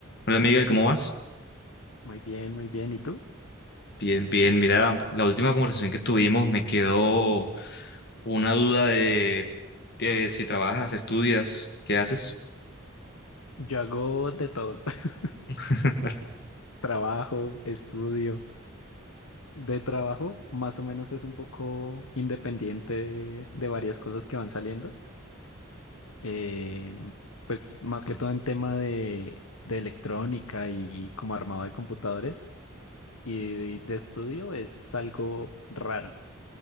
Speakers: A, on the left; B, on the left.
A: Hola Miguel, ¿cómo vas?
B: Muy bien, muy bien. ¿Y tú?
A: Bien, bien. Mira, la última conversación que tuvimos me quedó una duda de, de si trabajas, estudias, ¿qué haces?
B: Yo hago de todo. <laughs>
A: <laughs>
B: Trabajo, estudio. De trabajo, más o menos es un poco independiente de, de varias cosas que van saliendo. Eh, pues más que todo en tema de, de electrónica y, como armado de computadores. Y de estudio es algo raro,